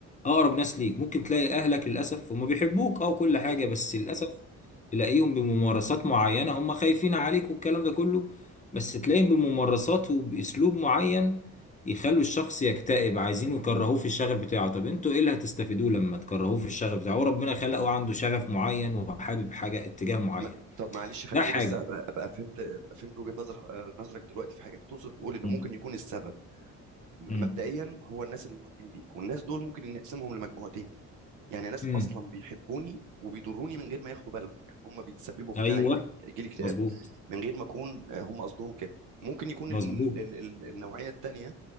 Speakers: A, on the left; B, on the right.
A: اقرب ناس ليك ممكن تلاقي اهلك للاسف هم بيحبوك او كل
B: م-
A: حاجه
B: م-
A: بس للاسف
B: م.
A: تلاقيهم بممارسات معينة هم خايفين عليك والكلام ده كله بس تلاقيهم بممارسات وبأسلوب معين يخلوا الشخص يكتئب عايزين يكرهوه في الشغف بتاعه طب انتوا ايه اللي هتستفيدوه لما تكرهوه في الشغف بتاعه هو ربنا خلقه عنده شغف معين وحابب حاجة اتجاه معين
B: ما- طب معلش خليني
A: ده حاجة
B: بس ابقى ابقى فهمت ابقى فهمت وجهة نظر آه، نظرك دلوقتي في حاجه انت تقصد تقول ان ممكن
A: مم.
B: يكون السبب م-
A: مم.
B: مبدئيا هو الناس المحيطين بيك والناس دول ممكن نقسمهم لمجموعتين يعني ناس
A: مم.
B: اصلا بيحبوني وبيضروني من غير ما ياخدوا بالهم يعني هم بيتسببوا في
A: ايوه
B: ان انا يجي لي اكتئاب
A: مظبوط
B: من غير ما اكون آه، هم قصدهم كده ممكن يكون
A: مظبوط
B: ال ال ال النوعيه التانيه